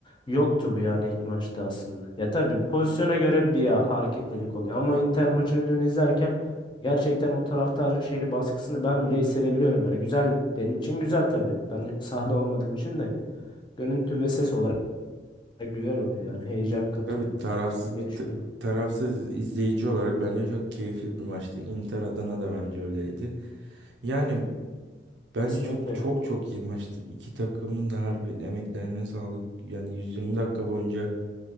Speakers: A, on the left (about 25°); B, on the right (about 80°).
A: Yoktu bu yani ilk maçta aslında. Ya tabii pozisyona göre bir hareketlilik oluyor ama Inter maçını dün izlerken gerçekten o taraftarın şeyini baskısını ben bile hissedebiliyorum. Yani güzel benim için güzel tabii. Ben sahada olmadığım için de görüntü ve ses olarak güzel oluyor yani heyecan
B: Evet,
A: katıyor
B: tabii tarafsız
A: diye
B: bir
A: düşünüyorum.
B: ta- tarafsız izleyici olarak bence çok keyifli bir maçtı. Inter Adana da bence öyleydi. Yani bence
A: Kesinlikle.
B: çok çok çok iyi maçtı. İki takımın da harbi emeklerine sağlık. Yani 120 dakika boyunca